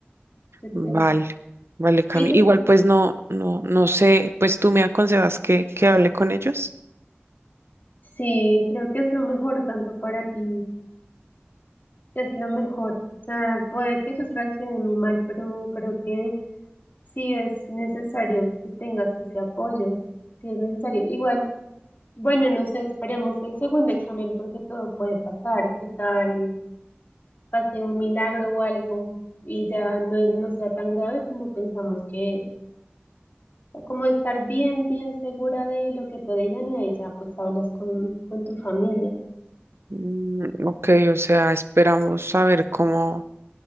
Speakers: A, on the left; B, on the right.
A: Yo
B: Vale,
A: te,
B: vale, Cami.
A: sí, yo
B: Igual
A: te,
B: pues no, no, no sé, pues tú me aconsejas que, que hable con ellos.
A: sí, creo que es lo mejor tanto para ti, es lo mejor. O sea, puede que ellos reaccionen muy mal, pero creo que si es necesario que tengas ese apoyo, si es necesario. Igual, bueno, no sé, esperemos el segundo examen porque todo puede pasar. ¿Qué tal pase un milagro o algo y ya no, no sea tan grave como pensamos que es? O sea, Como estar bien, bien segura de lo que te digan y ahí ya pues hablas con, con tu familia.
B: Mm, ok, o sea, esperamos saber cómo.